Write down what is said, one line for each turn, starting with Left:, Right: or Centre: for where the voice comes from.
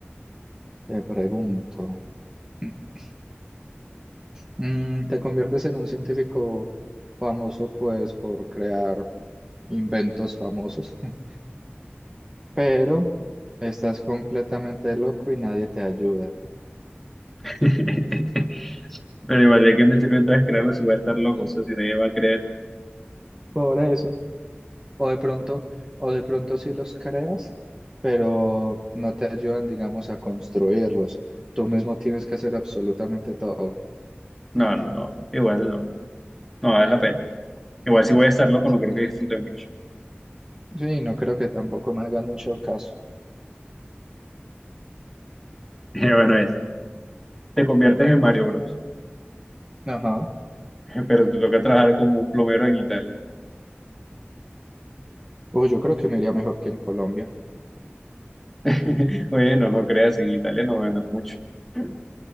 Right: te pregunto. <clears throat> Mm, te conviertes en un científico famoso, pues, por crear inventos famosos, <laughs> pero estás completamente loco y nadie te ayuda.
Centre: <laughs> Pero igual, ¿de qué me sirve entonces crearlo si voy a estar loco? O sea, si nadie va a creer.
Right: Por eso. O de pronto, o de pronto sí los creas, pero no te ayudan, digamos, a construirlos. Tú mismo tienes que hacer absolutamente todo.
Centre: No, no, no. Igual no. No vale la pena. Igual si voy a estar loco,
Right: Sí,
Centre: no creo que disfrute mucho.
Right: Sí, no creo que tampoco me hagan mucho caso.
Centre: <laughs> Bueno, es. Te conviertes en Mario Bros.
Right: Ajá.
Centre: <laughs> Pero te toca trabajar como un plomero en Italia.
Right: Uy, yo creo que me iría mejor que en Colombia.
Centre: <laughs> Oye, no, no creas, en Italia no ganan mucho. <laughs>